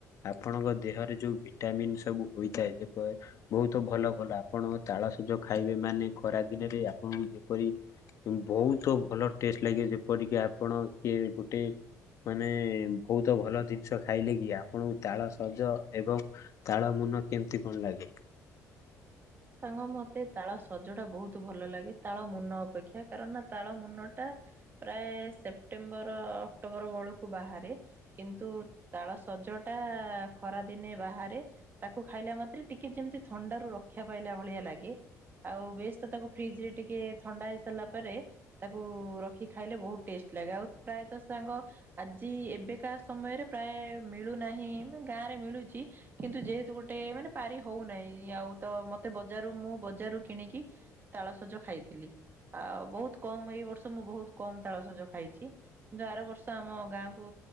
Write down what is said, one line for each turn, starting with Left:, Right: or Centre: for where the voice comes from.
Left: ଆପଣଙ୍କ ଦେହରେ ଯୋଉ ଭିଟାମିିନ ସବୁ ହୋଇଥାଏ ଯେପ ବହୁତ ଭଲ ଭଲ ଆପଣ ତାଳସଜ ଖାଇବେ ମାନେ ଖରା ଦିନରେ ଆପଣଙ୍କୁ ଯେପରି ବହୁତ ଭଲ ଟେଷ୍ଟ ଲାଗେ ଯେପରିକି ଆପଣ କିଏ ଗୋଟେ ମାନେ ବହୁତ ଭଲ ଜିନିଷ ଖାଇଲେ କି ଆପଣଙ୍କୁ ତାଳ ସଜ ଏବଂ ତାଳ ମୁନ କେମିତି କଣ ଲାଗେ?
Right: ସାଙ୍ଗ ମୋତେ ତାଳ ସଜଟା ବହୁତ ଭଲ ଲାଗେ ତାଳ ମୁନ ଅପେକ୍ଷା କାରଣ ତାଳ ମୁନ ଟା ପ୍ରାୟ ସେପ୍ଟେମ୍ବର ଅକ୍ଟୋବର ବେଳକୁ ବାହାରେ। କିନ୍ତୁ ତାଳ ସଜ ଟା ଖରା ଦିନେ ବାହାରେ ତାକୁ ଖାଇଲା ମାତ୍ରେ ଟିକେ ଯେମିତି ଥଣ୍ଡା ର କ୍ଷା ପାଇଲା ଭଳିଆ ଲାଗେ। ଆଉ ବେଶ ତ ତାକୁ ଫ୍ରିଜ ରେ ଟିକେ ଥଣ୍ଡା ହେଇ ସାରିଲା ପରେ ତାକୁ ର ରଖି ଖାଇଲେ ବହୁତ ଟେଷ୍ଟ ଲାଗେ ଆଉ ପ୍ରାୟତଃ ସାଙ୍ଗ ଆଜି ଏବେକା ସମୟରେ ପ୍ରାୟ ମିଳୁନାହିଁ ମାନେ ଗାଁ ରେ ମିଳୁଚି। କିନ୍ତୁ ଯେହେତୁ ଗୋଟେ ମାନେ ପାରି ହଉନାହିଁ ଆଉ ତ ମତେ ଜାରୁ ମୁଁ ବଜାରରୁ କିଣିକି ତାଳସଜ ଖାଇଥିଲି। ଆଉ ବହୁତ କମ ଏଇ ବର୍ଷ ମୁଁ ବହୁତ କମ ତାଳସଜ ଖାଇଚି। କିନ୍ତୁ ଆର ବର୍ଷ ଆମ ଗାଁ କୁ